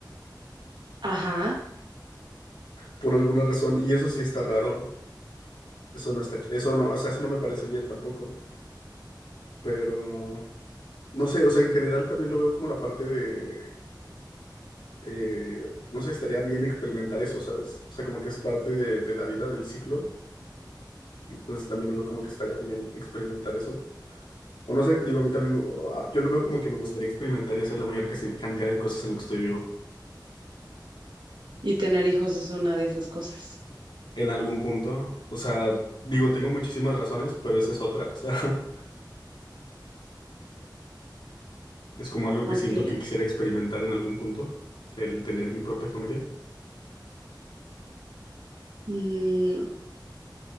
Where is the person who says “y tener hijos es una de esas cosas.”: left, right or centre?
Right